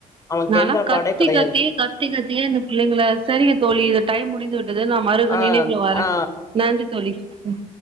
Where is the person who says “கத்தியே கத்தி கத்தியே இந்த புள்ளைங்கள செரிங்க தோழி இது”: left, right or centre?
Right